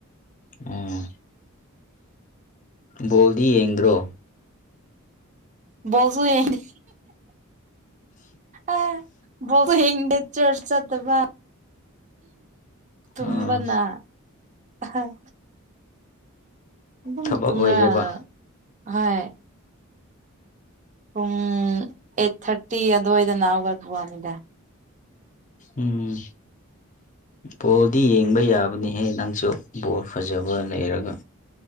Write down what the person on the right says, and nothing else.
ꯕ‌ꯧꯜꯁꯨꯨ ꯌꯦꯡꯅꯤ ꯑ‌ꯦ ꯕ‌ꯣꯜ ꯌ‌ꯦꯡ ꯗ‌ꯦ ꯆꯔꯥꯁ ꯆꯠꯇꯕ ꯇꯨꯝꯕꯅ
ꯑꯍꯥ ꯑꯗꯨꯝ
ꯇꯨꯝꯔꯥꯒ
ꯍꯣꯢ ꯄꯨꯡ ꯑꯩꯠ ꯊꯥꯔꯇꯤ ꯑꯗꯨꯋꯥꯏꯗꯅ ꯍꯧꯒꯠꯄꯅꯤꯗ